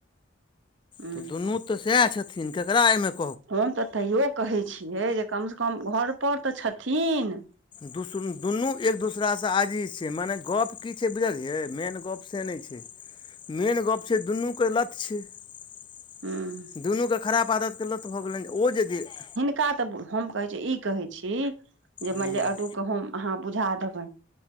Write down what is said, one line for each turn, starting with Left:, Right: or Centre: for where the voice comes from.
Right: हूँ
Left: हु दुनु तऽ सैह छथिन केकरा एहिमे- -
Right: हम तऽ तैयो कहैय छियै जे कमसँ कम घर पर तऽ छथिन।
Left: दु सुनु दुनु एक दोसरा स आजीज छैय मने गप की छैय बुझलियै मेन- - गप से नै छैय, मेन गप छैय दुनुके लकक्ष --
Right: हूँ
Left: दुनुके खराब आदतके लत भऽ गेलनि ओ जे -जे --
Right: कात तऽ हम कहैय छी ई कहै छी जे
Left: हूँ
Right: मानि लिऽ अडुके हम अहा बुझा देबैन।